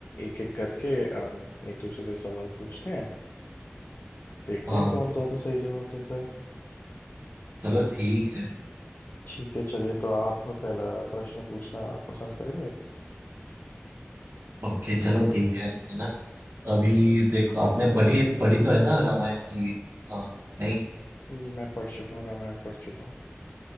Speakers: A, on the left; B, on the right.
A: एक एक करके हम एक दूसरे से सवाल पूछते हैं देखते
B: हाँ
A: हैं कौन ज़्यादा सही जवाब देता है
B: चलो ठीक है
A: ठीक है चलिए तो आप पहला प्रश्न पूछना पसंद करेंगे
B: ओके चलो ठीक है है ना अभी देखो आपने पढ़ी पढ़ी तो है ना रामायण की हाँ नहीं
A: नहीं, मैं पढ़ चुका हूँ रामायण पढ़ चुका हूँ